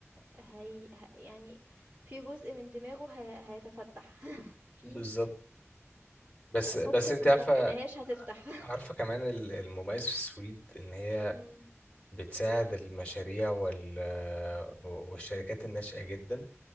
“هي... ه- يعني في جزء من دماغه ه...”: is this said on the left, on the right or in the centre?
Right